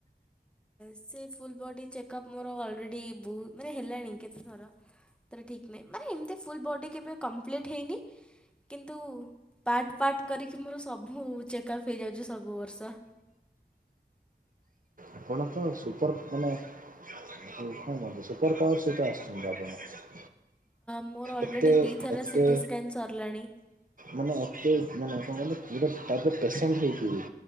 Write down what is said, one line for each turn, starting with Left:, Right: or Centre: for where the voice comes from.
Centre: ସେ ଫୁଲ ବଡ଼ି ଚେକଅପ୍ ମୋର ଅଲରେଡ଼ି ବହୁତ ମାନେ ହେଲାଣି କେତେଥର ତା ଠିକ ନହିଁ ମାନେ ଏମତି ଫୁଲ ବ କେବେ କମ୍ପ୍ଟ୍ ହେଇନି କିନ୍ତୁ ପାର୍ଟ ପାାର୍ଟ କରିକି ମୋର ସବୁ ଚେକଅପ୍ ହେଇଯାଉଛି ସବୁ ବର୍ଷ
Right: ଆପଣ ତ ସୁପର ମାନେ କଣ ସୁପର ପାୱାର ସେହିତା ଆସୁଛନ୍ତି ଆପଣ
Centre: ମୋର ଅଲରେଡି
Right: ଏତେ
Centre: ଦିଇଥର
Right: ଏତେ
Centre: ସିଟି ସ୍କାନ ସରିଲାଣି
Right: ମାନେ ଏତେ ମାନେ କଣ କହିଲ ପୁରା ଟପରେ ପେସେଣ୍ଟ ହେଇକିବି।